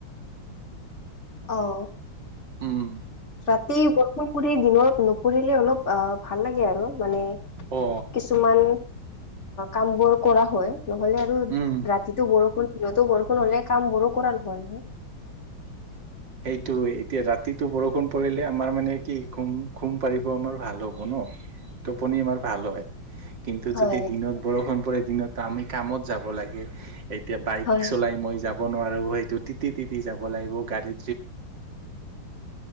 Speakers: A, on the left (about 35°); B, on the right (about 60°).
A: <inaudible> অ'
B: উম'
A: ৰাতি বৰষুণ পুৰি দিনত নপৰিলে অলপ অ' ভাল লাগে আৰু মানে
B: অ
A: কিছুমান কামবোৰ কৰা হয়। নহ'লে আৰু
B: উম
A: ৰাতিতো বৰষুণ দিনটো বৰষুণ হ'লে কামবোৰো কৰাৰ <unintelligible> হয়।
B: সেইটোৱে এতিয়া ৰাতিটো বৰষুণ পৰিলে আমাৰ মানে কি খুম খুম পাৰিব আমাৰ ভাল হ'ব ন' <unintelligible> টোপনি আমাৰ ভাল হয়। কিন্তু,
A: হয়
B: যদি দিনত বৰষুণ পৰে দিনত আমি কামত যাব লাগে, এতিয়া বাইক
A: হয়
B: চলাই মই যাম ব নোৱাৰো সেইটো তিতি তিতি যাব লাগিব গাড়ী